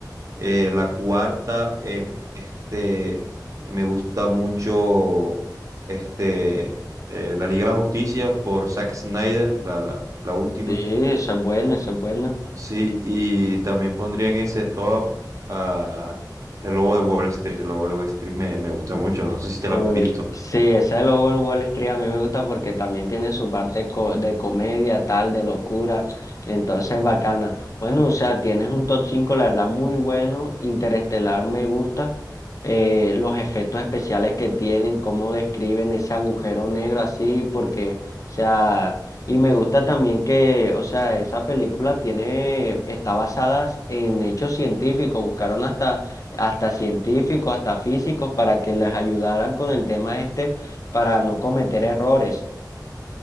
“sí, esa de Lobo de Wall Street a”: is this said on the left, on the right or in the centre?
Left